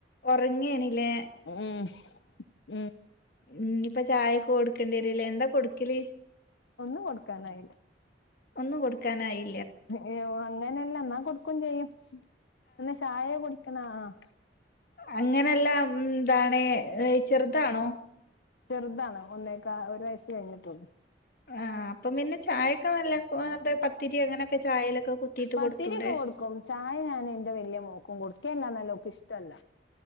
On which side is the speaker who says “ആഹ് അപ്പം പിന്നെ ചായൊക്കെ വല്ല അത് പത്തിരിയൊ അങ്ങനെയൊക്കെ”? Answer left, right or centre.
Left